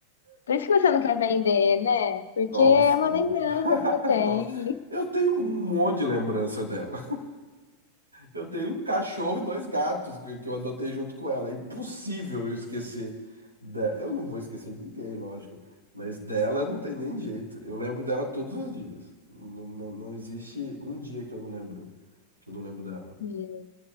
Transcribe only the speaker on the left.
Por isso que você não quer vender, né? Porque
é uma lembrança
que tu tem.
Hum.